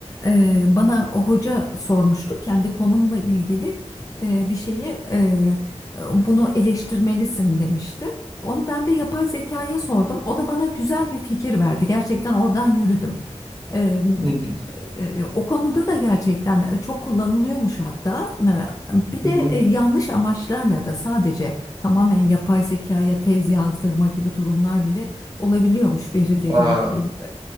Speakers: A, on the left (about 30°); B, on the right (about 40°).
A: E, Bana o hoca sormuştu kendi konumla ilgili e, bir şeyi e, bunu eleştirmelisin demişti. Onu ben de yapay zekaya sordum. O da bana güzel bir fikir verdi. Gerçekten oradan yürüdüm. Eee,
B: Hı hı.
A: eee, o konuda da gerçekten e, çok kullanılıyormuş hatta. Eee, Bir de
B: Hı hı.
A: e, yanlış amaçlarla da sadece tamamen yapay zekaya tez yazdırma gibi durumlar bile olabiliyormuş verileri
B: Aa,
A: yükleyip.